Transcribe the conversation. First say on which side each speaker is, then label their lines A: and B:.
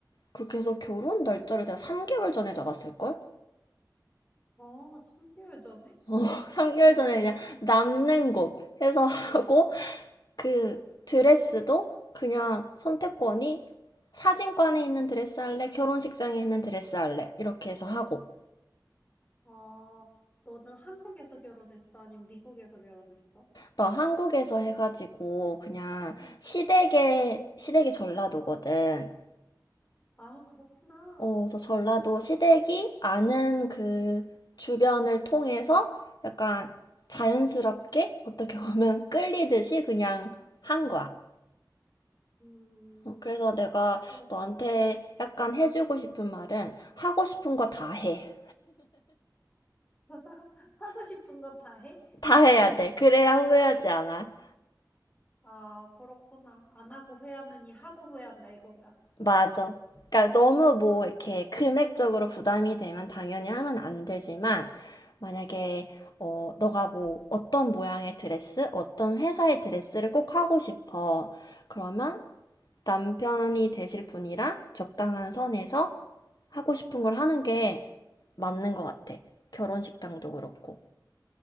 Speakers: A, on the left (about 65°); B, on the left (about 20°).
A: 그렇게 해서 결혼 날짜를 내가 3개월 전에 잡았을걸?
B: 어, 3개월 전에?
A: <laughs>
B: 어,
A: 3개월
B: 와우.
A: 전에 그냥 남는 곳 해서 하고, 그 드레스도 그냥 선택권이 사진관에 있는 드레스 할래, 결혼식장에 있는 드레스 할래, 이렇게 해서 하고.
B: 아, 너는 한국에서 결혼했어? 아니면 미국에서 결혼했어?
A: 나 한국에서 해가지고 그냥 시댁에 시댁이 전라도거든.
B: 아, 그렇구나.
A: 어, 그래서 전라도 시댁이 아는 그 주변을 통해서 약간 자연스럽게 어떻게 보면 <laughs> 끌리듯이 그냥 한 거야.
B: 음,
A: 어, 그래서 내가
B: 그렇구나.
A: 너한테 약간 해주고 싶은 말은 하고 싶은 거 다 해.
B: <laughs> 하고 싶은 거 다 해?
A: 다 해야
B: 음,
A: 돼. 그래야 후회하지 않아.
B: 아, 그렇구나. 안 하고 후회하느니 하고 후회한다, 이건가?
A: 맞아. 그러니까
B: 음.
A: 너무 뭐 이렇게 금액적으로 부담이 되면 당연히 하면 안 되지만 만약에 어 너가 뭐 어떤 모양의 드레스, 어떤 회사의 드레스를 꼭 하고 싶어. 그러면 남편이 되실 분이랑 적당한 선에서 하고 싶은 걸 하는 게 맞는 것 같아. 결혼식당도 그렇고.